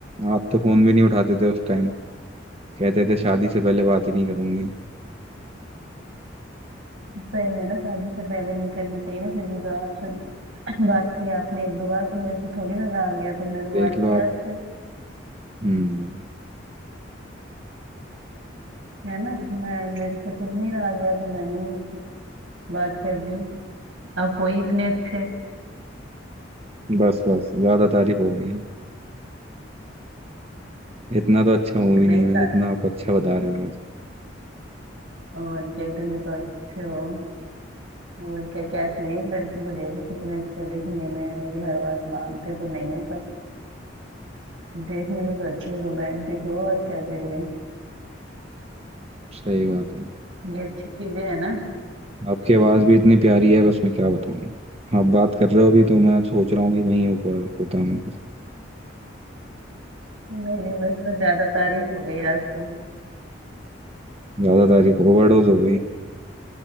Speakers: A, on the right (about 35°); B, on the right (about 85°).
A: आप तो फोन भी नहीं उठाते थे उस टाइम कहते थे शादी से पहले बात ही नहीं करूंगी
B: सही है ना शादी से पहले नहीं करनी चाहिए ना फिर भी तो आपसे
A: हम्म,
B: <clears throat> बात किया आपने एक दो बार तो मेरे से थोड़ी ना रहा गया तो मैंने बात
A: देख
B: किया
A: लो आप
B: आपसे
A: हम्म
B: है ना मैं मेरे से खुद नहीं रहा गया तो मैंने ही बात कर दी आप हो ही इतने अच्छे
A: बस बस ज्यादा तारीफ होगी इतना तो अच्छा मूवी
B: नहीं
A: नहीं है
B: था
A: जितना आप अच्छा बता रहे हो आज
B: और क्या इतने तो अच्छे हो और क्या क्या चाहिए एक लड़की को देखो कितने अच्छे दिखने में है। मेरी हर बात मानते तो नहीं हो पर देखने में तो अच्छे रोमांटिक हो और क्या चाहिए
A: सही बात है
B: ये अच्छी चीजें है ना
A: आपकी आवाज़ भी इतनी प्यारी है बस मैं क्या बताऊँ आप बात कर रहे हो अभी तो मैं सोच रहा हूँ कि वहीं ऊपर होता मैं बस
B: नहीं नहीं बस बस ज्यादा तारीफ हो गई आज तो
A: ज़्यादा तारीफ ओवरडोज हो गई